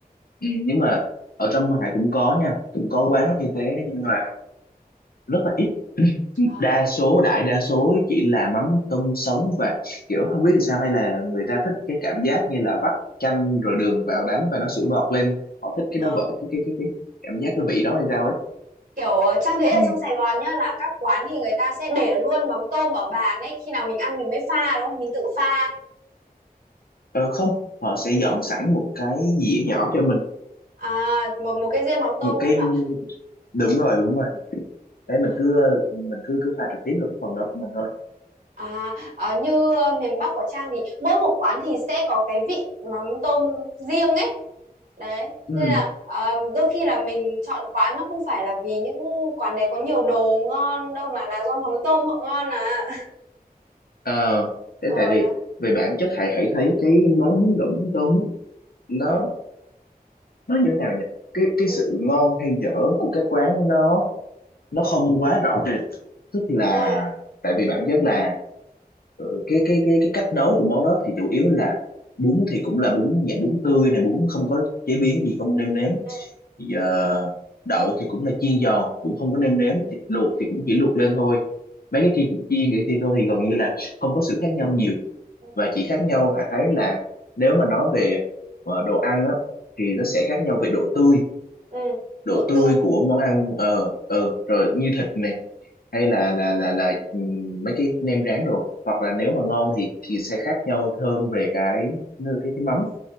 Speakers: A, on the left; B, on the right.
A: ừ. nhưng mà ở trong Hải cũng có nha cũng có quán như thế nhưng mà rất là ít
B: Ờ,
A: đa số đại đa số chỉ là mắm tôm sống và kiểu không biết làm sao hay là người ta thích cái cảm giác như là vắt chanh rồi đường vào đánh và nó sủi bọt lên họ thích cái
B: ờ.
A: đó vậy cái cái cái cái cảm giác cái vị đó hay sao ấy
B: kiểu ờ, Trang thấy ở
A: ừ.
B: trong Sài Gòn nhá là các quán thì người ta sẽ để luôn mắm tôm ở bàn ấy khi nào mình ăn mình mới pha đúng không mình tự pha
A: ờ, không họ sẽ
B: nhé
A: dọn sẵn một cái dĩa nhỏ cho mình
B: à, một một cái riêng mắm tôm
A: một
B: luôn
A: cái
B: hả
A: đúng rồi đúng rồi
B: Ừ,
A: đấy mình cứ mình cứ cứ pha trực tiếp vào cái phần đó của mình thôi
B: À, ờ, như ờ, miền Bắc của Trang thì mỗi một quán thì sẽ có cái vị mắm tôm riêng ấy. Đấy, thế
A: ừ
B: nên là ờ, đôi khi là mình chọn quán nó không phải là vì những quán đấy có nhiều đồ ngon đâu mà là do mắm tôm họ ngon à. <laughs>
A: ờ thế
B: Ờ
A: tại vì
B: đó.
A: về bản chất hãy hãy thấy cái món bún đậu mắm tôm ấy, nó
B: Ừ
A: nó như thế nào nhỉ cái cái
B: ừ
A: sự ngon hay dở của các quán nó nó không quá rõ rệt tức là
B: ừ
A: tại vì bản chất là ừ, cái cái cái cái cách nấu của món đó thì chủ yếu là bún thì cũng là bún dạng bún tươi này bún không có chế biến gì không nêm nếm
B: ừ
A: thì giờ đậu thì cũng là chiên giòn cũng không có nêm nếm thịt luộc
B: ừ.
A: thì cũng chỉ luộc lên thôi mấy cái kia cũng chiên vậy thì thôi thì gần như là không có sự khác nhau nhiều
B: ừ,
A: và chỉ khác nhau Hải thấy là nếu mà nói về ờ, đồ ăn á thì nó sẽ khác nhau về độ tươi
B: ừ.
A: độ
B: Độ
A: tươi
B: tươi.
A: của món ăn ờ ờ rồi như thịt nè hay là là là là ừm, mấy cái nem rán đồ hoặc là nếu mà ngon thì thì sẽ khác nhau hơn về cái cái cái mắm